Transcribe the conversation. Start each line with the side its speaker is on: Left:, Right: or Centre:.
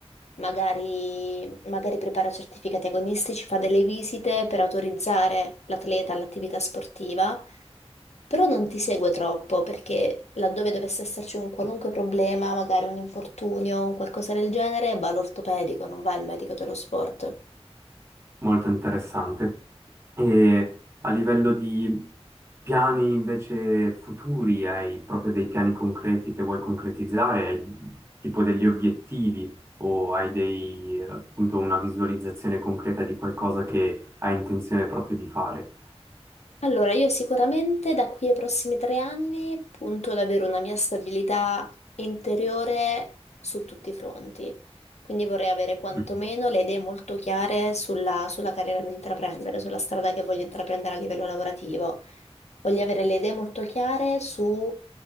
Left: magari, magari prepara certificati agonistici, fa delle visite per autorizzare l'atleta all'attività sportiva, però non ti segue troppo perché laddove dovesse esserci un qualunque problema, magari un infortunio, un qualcosa del genere, va all'ortopedico, non va al medico dello sport.
Right: molto interessante. E a livello di piani invece futuri, hai proprio dei piani concreti che vuoi concretizzare? Hai tipo degli obiettivi o hai dei, eh, appunto una visualizzazione concreta di qualcosa che hai intenzione proprio di fare?
Left: Allora, io sicuramente da qui ai prossimi tre anni punto ad avere una mia stabilità interiore su tutti i fronti. Quindi vorrei avere quantomeno
Right: Mhm.
Left: le idee molto chiare sulla, sulla carriera da intraprendere, sulla strada che voglio intraprendere a livello lavorativo. Voglio avere le idee molto chiare su